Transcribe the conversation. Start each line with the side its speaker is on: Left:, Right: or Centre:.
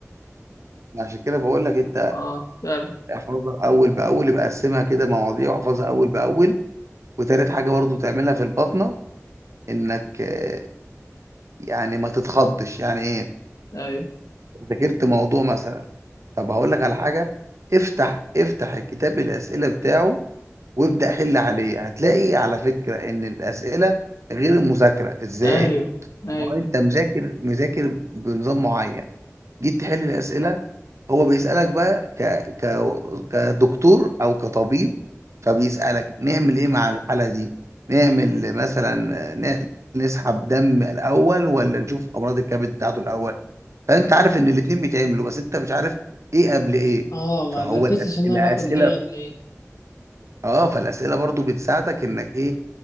Right: عشان كده بقول لك انت
Left: اه فعلا
Right: احفظها اول باول يبقى قسمها كده مواضيع واحفظها اول باول وتالت حاجه برضو تعملها في البطنه انك آه، يعني ما تتخضش يعني ايه
Left: ايوه
Right: ذاكرت موضوع مثلا طب هقول لك على حاجه افتح افتح الكتاب الاسئله بتاعه وابدا حل عليه هتلاقي على فكره ان الاسئله غير المذاكره ازاي
Left: ايوه ايوه
Right: ما هو انت مذاكر مذاكر بنظام معين جيت تحل الاسئله هو بيسالك بقى ك... ك... كدكتور او كطبيب فبيسالك نعمل ايه مع الحاله دي نعمل مثلا ن... نسحب دم الاول ولا نشوف امراض الكبد بتاعته الاول فانت عارف ان الاتنين بيتعملوا بس انت مش عارف ايه قبل ايه
Left: اه ما
Right: فهو
Left: مركزتش
Right: الأس...
Left: ان
Right: الاسئله
Left: انا اخد ايه قبل ايه
Right: اه فالاسئله برضو بتساعدك انك ايه